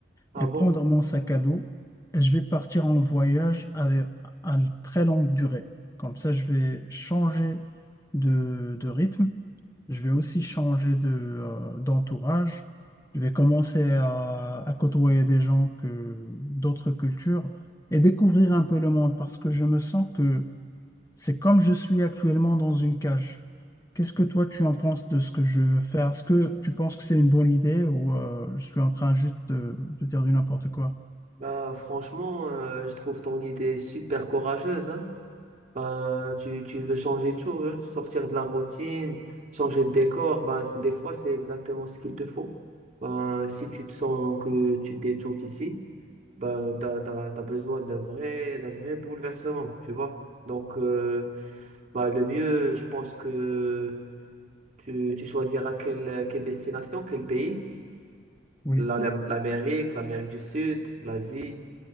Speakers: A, on the right; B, on the left.
A: Ah
B: et prendre
A: bon?
B: mon sac à dos. Et je vais partir en voyage à, à très longue durée. Comme ça, je vais changer de, de rythme. Je vais aussi changer de, euh, d'entourage. Je vais commencer à, à côtoyer des gens que d'autres cultures et découvrir un peu le monde parce que je me sens que c'est comme je suis actuellement dans une cage. Qu'est-ce que toi tu en penses de ce que je veux faire? Est-ce que tu penses que c'est une bonne idée ou euh, je suis en train juste de, de dire du n'importe quoi?
A: Bah, franchement, euh, je trouve ton idée super courageuse, hein. Ben, tu, tu veux changer tout, hein, sortir de la routine, changer de décor. Ben, c'est- des fois, c'est exactement ce qu'il te faut. Ben, si tu te sens que tu t'étouffes ici, ben, t'as, t'as, t'as besoin d'un vrai, d'un vrai bouleversement, tu vois. Donc, euh, ben, le mieux, je pense que tu, tu choisiras quelle, quelle destination, quel pays.
B: Oui.
A: La- la- L'Amérique, l'Amérique du Sud, l'Asie.